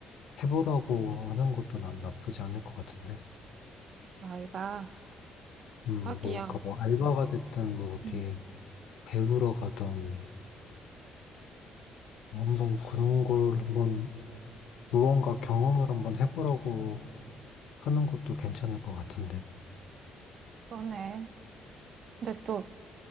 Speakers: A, on the left; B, on the right.
A: 해보라고 하는 것도 난 나쁘지 않을 것 같은데.
B: 알바?
A: 음,
B: 하기야.
A: 뭐, 그니까 뭐, 알바가 됐든, 뭐, 어디
B: 음.
A: 배우러 가든, 한번 그런 걸 한번, 무언가 경험을 한번 해보라고 하는 것도 괜찮을 것 같은데.
B: 그러네. 근데 또